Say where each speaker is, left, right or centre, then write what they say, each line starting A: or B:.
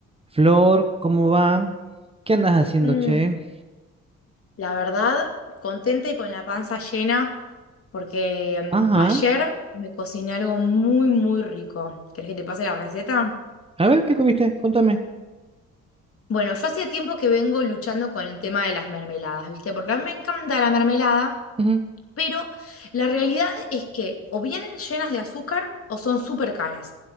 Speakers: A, on the right (about 20°); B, on the left (about 50°).
A: Flor, ¿cómo va? ¿Qué andas haciendo,
B: Mm,
A: che?
B: La verdad, contenta y con la panza llena, porque
A: Ajá.
B: mm, ayer me cociné algo muy, muy rico. ¿Querés que te pase la receta?
A: A ver, ¿qué comiste? Contame.
B: Bueno, yo hacía tiempo que vengo luchando con el tema de las mermeladas, ¿viste? Porque a mí me encanta la mermelada,
A: Ujú,
B: pero la realidad es que o vienen llenas de azúcar o son súper caras.